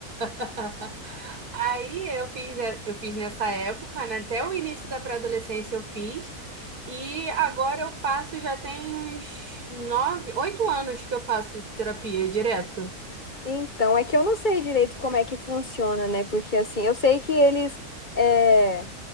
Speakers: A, on the right; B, on the left.
A: <laughs> Aí eu fiz, eh, eu fiz nessa época, né? Até o início da pré-adolescência eu fiz. E agora eu faço, já tem uns nove, oito anos que eu faço terapia direto.
B: Então, é que eu não sei direito como é que funciona, né? Porque assim, eu sei que eles é,